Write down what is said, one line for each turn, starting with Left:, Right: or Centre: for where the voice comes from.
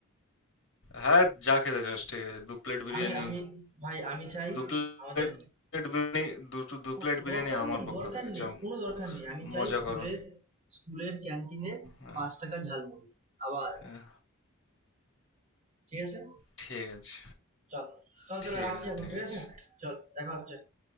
Left: হ্যাঁ যা খেতে চাস ঠিক আছে দু প্লেট বিরিয়ানি
Right: আমি আমি ভাই আমি চাই
Left: দু প্লেট
Right: আমাদের
Left: প্লেট বিরিয়ানি দুটো দু
Right: কো-
Left: প্লেট বিরিয়ানি
Right: দরকার
Left: আমার
Right: নেই
Left: পক্ষ
Right: দরকার
Left: থেকে
Right: নেই
Left: যাও
Right: কোনো দরকার নেই আমি চাই
Left: মজা
Right: স্কুলের
Left: করো
Right: স্কুলের ক্যান্টিনে
Left: হ্যাঁ
Right: পাঁচ টাকার ঝালমুড়ি আবার
Left: হ্যাঁ
Right: ঠিক আছে
Left: ঠিক আছে
Right: চল চল তাহলে
Left: ঠিক
Right: রাখছি
Left: আছে
Right: এখন
Left: ঠিক
Right: ঠিক
Left: আছে
Right: আছে চল দেখা হচ্ছে